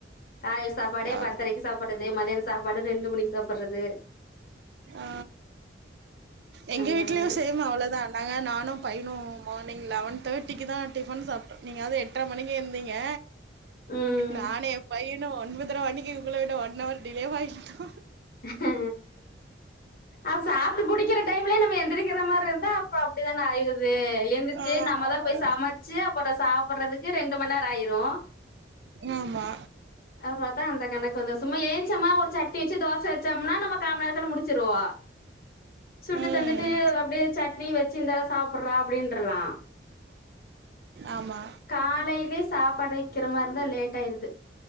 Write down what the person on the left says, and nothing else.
காலயில சாப்பாடே
பத்தரைக்கு சாப்பிடுறது மதியான சாப்பாடு ரெண்டு மணிக்கு சாப்பறது
அந்த
மாரி
ம்
ஹூ அவ சாப்ட்டு முடிக்கிற டைம்லே நம்ம எந்திரிக்கிற மாதிரி இருக் அப்பனா அப்ப அப்டிதானே ஆயிடுது எந்திருச்சு
நம்ம தா போய் சமச் சு அப்பற சாப்படுறதுக்கு ரெண்டு மண்நேர ஆயிரு
அப்டிபாத்தா அந்த கணக்கு வந்து சும்மா ஏச்சமா ஒரு சட்னி வச்சு தோ ச வச்சோம்னா நம்ம காமநேரத்துல முடிச்சிருவோ சுட்டு
தந்துட்டு அப்டியே சட் ணி வச்சு இந்தாட சாப்புறா அப்டின்றலா
காலையிலயே சாப்பாடு வக்கிற மாதிரிந்தா லேட் ஆயிருது